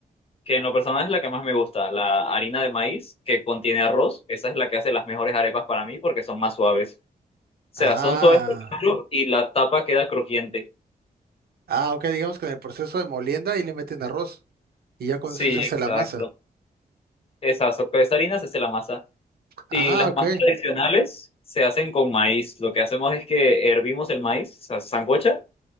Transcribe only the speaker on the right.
Ah,
ah, ok, digamos que en el proceso de molienda ahí le meten arroz y ya con
eso se hace
la masa.
Ah,
ok.